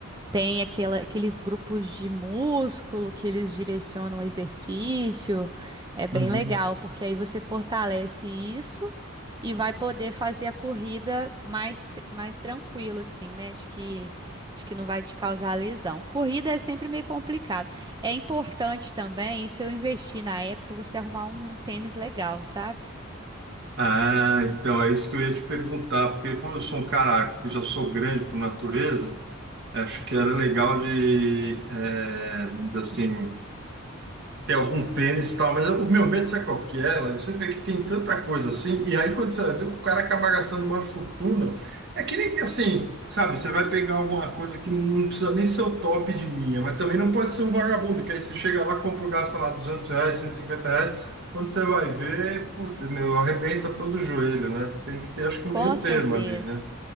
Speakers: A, on the right; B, on the right.
A: Tem aquela- aqueles grupos de músculo que eles direcionam o exercício. É bem
B: Uhum.
A: legal, porque aí você fortalece isso e vai poder fazer a corrida mais, mais tranquilo, assim, né? De que, de que não vai te causar lesão. Corrida é sempre meio complicado. É importante também, isso eu investi na época, você arrumar um tênis legal, sabe?
B: Ah, então é isso que eu ia te perguntar, porque como eu sou um cara que já sou grande por natureza, acho que era legal de, eh, vamos dizer assim, tem algum tênis e tal, mas o meu medo, sabe qual que é, Larissa? Você vê que tem tanta coisa assim, e aí quando você vê, o cara acaba gastando uma fortuna. É que nem assim, sabe, você vai pegar alguma coisa que não precisa nem ser o top de linha, mas também não pode ser um vagabundo, que aí você chega lá, compra, gasta lá 200 reais, 150 reais, quando você vai ver, putz, meu, arrebenta todo o joelho, né? Tem que ter, acho que um
A: Com
B: meio termo
A: certeza.
B: ali, né?